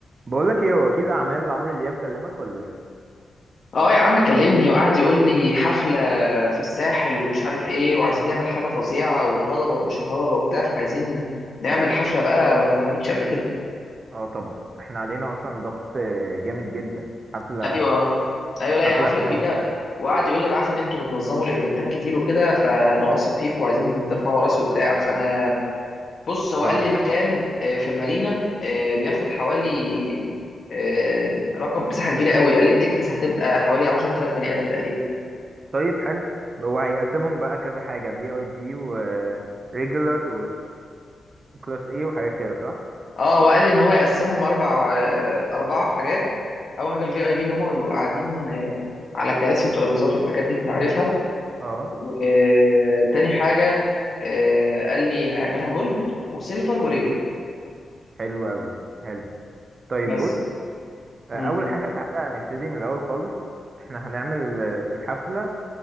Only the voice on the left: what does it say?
اه يا عم كلمني وقعد يقول لي حفلة في الساحل ومش عارف ايه وعايزين نعمل حاجة فظيعة والهضبة ومش الهضبة وبتاع فعايزين نعمل حفلة بقى ما اتعملتش قبل كده
ايوه ايوه لا هي
حفلة
كبيرة وقعد يقول لي انا عارف ان انتوا بتنظموا الايفنتات كتير وكده فانا واثق فيكم وعايزين ترفعوا راسي وبتاع فانا بص هو
قال لي المكان آه، في مارينا آه، بياخد حوالي آه، رقم مساحة كبيرة قوي قال لي التيكتس هتبقى حوالي 10000 بني آدم تقريبا
اه هو قال ان هو يقسمهم اربع آه، اربع حاجات اول حاجه الفي اي بي اللي هم بيبقوا قاعدين آه، على كراسي وترابيزات والحاجات دي انت عارفها
آه، تاني حاجه آه، قال لي هعملها جولد وسيلفر وريجلر
بس
مم.